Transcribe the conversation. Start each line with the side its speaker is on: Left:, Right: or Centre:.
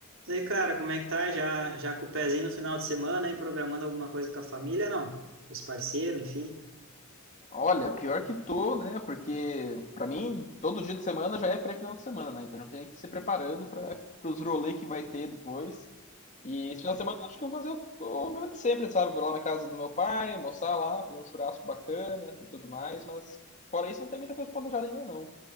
Right: E aí, cara, como é que tá? Já, já com o pezinho no final de semana aí, programando alguma coisa com a família, não? Os parceiros, enfim.
Left: Olha, pior que tô, né? Porque pra mim todo dia de semana já é pré-final de semana, né? Então já tem que ir se preparando para os rolê que vai ter depois. E esse final de semana eu acho que eu vou fazer o mesmo de sempre, sabe? Vou lá na casa do meu pai, almoçar lá, fazer um churrasco bacana e tudo mais, mas fora isso não tem muita coisa planejada ainda não.